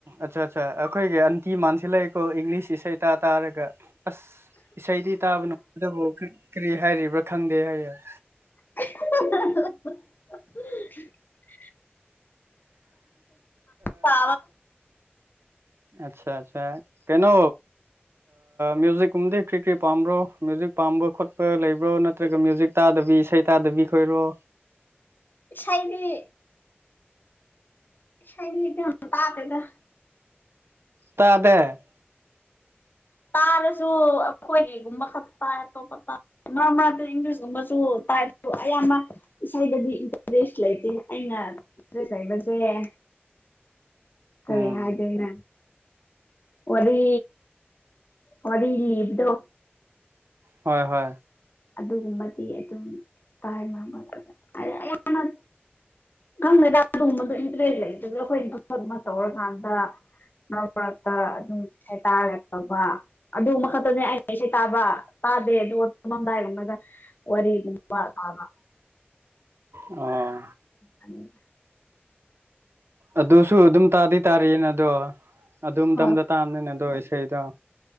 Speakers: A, on the right; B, on the left.
A: ꯑꯠꯆꯥ ꯑꯠꯆꯥ ꯑꯩꯈꯣꯏꯒꯤ ꯑꯟꯇꯤ ꯃꯥꯟꯁꯤ ꯂꯩꯀꯣ ꯏꯪꯂꯤꯁ ꯏꯁꯩ ꯇꯥ ꯇꯥꯔꯒ ꯑꯁ ꯏꯁꯩꯗꯤ ꯇꯥꯕꯅꯣꯇꯕꯨ ꯀꯔꯤ ꯍꯥꯏꯔꯤꯕ꯭ꯔꯥ ꯈꯪꯗꯦ ꯍꯥꯏꯌꯦ ꯑ
B: <unintelligible> ꯕ
A: ꯑꯆꯥ ꯑꯆꯥ ꯀꯩꯅꯣ ꯃ꯭ꯌꯨꯖꯤꯛꯀꯨꯝꯗꯤ ꯀ꯭ꯔꯤ ꯀꯔꯤ ꯄꯥꯝꯕ꯭ꯔꯣ ꯃ꯭ꯌꯨꯖꯤꯛ ꯄꯥꯝꯕ ꯈꯣꯠꯄ ꯂꯩꯕ꯭ꯔꯣ ꯅꯠꯇ꯭ꯔꯒ ꯃ꯭ꯌꯨꯖꯤꯛ ꯇꯥ ꯗꯕꯤ ꯏꯁꯩ ꯇꯥꯗꯕꯤ ꯈꯣꯏꯔꯣ
B: ꯁꯥꯏꯕꯤ ꯁꯥꯏꯗꯤ ꯍ ꯇꯥꯇꯗ
A: ꯇꯥꯗ
B: ꯇꯥꯔꯁꯨ ꯑꯩꯈꯣꯏꯒꯤꯒꯨꯝꯕ ꯈꯛ ꯇꯥꯏ ꯑꯇꯣꯞꯄ ꯃꯥ ꯃꯥ ꯏꯪꯂꯤꯁꯀꯨꯝꯕꯁꯨ ꯇꯥꯏꯁꯨ ꯑꯌꯥꯝꯕ ꯏꯁꯩꯗꯗꯤ ꯏꯟꯇꯔꯦꯁ ꯂꯩꯇꯦ ꯑꯩꯅ ꯁꯕꯁꯦꯦ ꯀꯔꯦ
A: ꯎꯝ
B: ꯍꯥꯏꯅ ꯋꯥꯔꯤ ꯋꯥꯔꯤ ꯂꯤ ꯂꯤꯕꯗꯣ
A: ꯍꯣꯏ ꯍꯣꯏ
B: ꯑꯗꯨꯒꯨꯝꯕꯗꯤ ꯑꯗꯨꯝ ꯇꯥꯏ ꯃꯔꯝ ꯅꯪ ꯃꯦꯗꯥ ꯑꯗꯨꯒꯨꯝꯕꯗꯣ ꯏꯟꯇꯔꯦꯁ ꯂꯩ ꯑꯗꯨ ꯑꯩꯈꯣꯏ ꯏꯗꯨꯃ ꯇꯧꯔꯀꯥꯟꯗ ꯃꯔꯛ ꯃꯔꯛꯇ ꯑꯗꯨꯝ ꯇꯥꯔꯒ ꯇꯧꯕ ꯑꯗꯨꯕ ꯈꯛꯇꯅꯦ ꯑꯩꯅ ꯏꯁꯩꯦ ꯇꯥꯕ ꯑꯗꯦ ꯑꯗꯨ ꯑꯣꯃꯗꯑ ꯑꯣꯥ
A: ꯑꯣ
B: ꯑꯅꯤ
A: ꯑꯗꯨꯁꯨ ꯑꯗꯨꯝ ꯇꯥꯗꯤ ꯇꯥꯔꯤꯌꯦꯅ ꯑꯗꯣ ꯑꯗꯨꯝ
B: ꯍꯣꯏ
A: ꯇꯝꯗ ꯇꯥꯕꯅꯤꯅ ꯑꯗꯣ ꯑꯩꯁ ꯈꯩꯗ